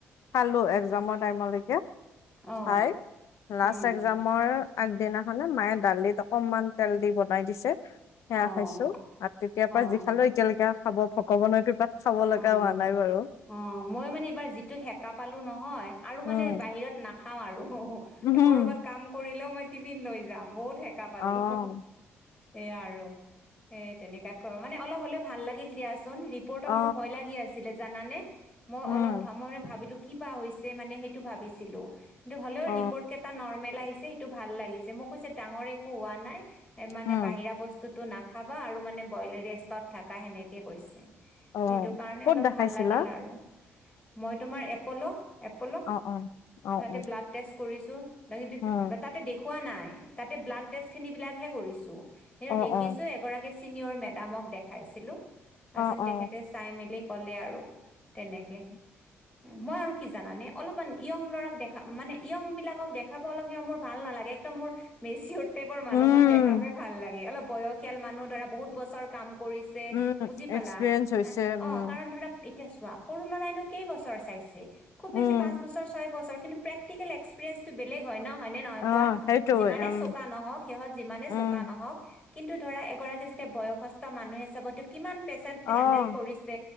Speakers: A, on the left; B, on the left.
A: খালো একজামৰ টাইমলৈকে,
B: অ
A: খাই লাষ্ট
B: উম
A: একজামৰ আগদিনাখনে মায়ে দালিত অকনমান তেল দি বনাই দিছে।
B: অ
A: সেয়া খাইছো, আৰু তেতিয়াৰ
B: অ
A: পৰা যি খালো এতিয়ালৈকে খাব ভগৱানৰ কৃপাত। খাব
B: অ',
A: লগা হোৱা নাই বাৰু।
B: অ' মই মানে এইবাৰ যিটো সেকা পালো নহয় আৰু
A: উম
B: মানে বাহিৰত নাখাওঁ আৰু।
A: উম
B: কৰবাত কাম কৰিলেও মই টিফিন লৈ যাম, বহুত সেকা পালো।
A: অ
B: এয়া আৰু, এ তেনেকা ক মানে অলপ হ'লেও ভাল লাগিল দিয়াচোন ৰিপৰ্টত
A: অ
B: মোৰ কি আছিলে জানানে, মই
A: উম
B: অলপ মই মানে ভাবিলো কি বা হৈছে মানে সেইটো ভাবিছিলো। কিন্তু হ'লেও
A: অ
B: ৰিপৰ্ট কেইটা নৰ্মেল আহিছে, সেইটো ভাল লাগিছে মোক কৈছে ডাঙৰ একো হোৱা নাই। মানে
A: উম
B: বাহিৰা বস্তুটো নাখাবা আৰু মানে ব্ৰইলেৰ ৰেষ্টত থাকা সেনেকে কৈছে।
A: অ
B: সেইটো কাৰণে
A: ক'ত
B: অলপ
A: দেখাইছিলা
B: ভাল লাগিল আৰু। মই তোমাৰ এপ'ল। এপ'ল
A: অ অ অ
B: তাতে
A: অ
B: ব্লাড টেষ্ট কৰিছোঁ,
A: উম
B: তাতে দেখুৱা নাই, তাতে ব্লাডটেষ্ট খিনি বিলাকহে কৰিছোঁ। সেইটো
A: অ
B: দেখিছোঁ,
A: অ
B: এগৰাকী ছিনিয়ৰ মেডামক দেখাইছিলোঁ, পাছত
A: অ অ
B: তেখেত চাই মেলি ক'লে আৰু তেনেকে।
A: <inaudible>
B: মই আৰু কি জানানে, অলপমান য়ং ল'ৰাক দেখা-মানে, য়ং বিলাকক দেখাব অলপ কিবা মোৰ ভাল নালাগে, একদম মোৰ মেচিঅৰ্ড টাইপৰ মানুহক
A: উম
B: দেখাওঁকে ভাল লাগে, অলপ বয়সীয়াল মানুহ ধৰা বহুত বছৰ কাম কৰিছে
A: উম
B: বুজি পালা।
A: এক্সপিৰিয়েঞ্চ হৈছে উম
B: অ কাৰণ ধৰা এতিয়া চোৱা, সৰু ল'ৰাইনো কেইবছৰ চাইছে, খুব বেছি
A: উম
B: পাঁচ বছৰ, ছয় বছৰ। কিন্তু প্ৰেক্টিকেল এক্স প্ৰিয়েন্সটো বেলেগে হয় ন, হয় নে নহয়
A: অ
B: কোৱা?
A: সেইটোৱে
B: যিমানে
A: উম
B: চোকা নহওঁক সিহঁত যিমানে
A: উম
B: চোকা নহওঁক। কিন্তু ধৰা এগৰাকী যেতিয়া বয়সস্থ মানুহে চাব, তেওঁ কিমান পেচেণ্ট
A: অ
B: হেণ্ডেল পিছে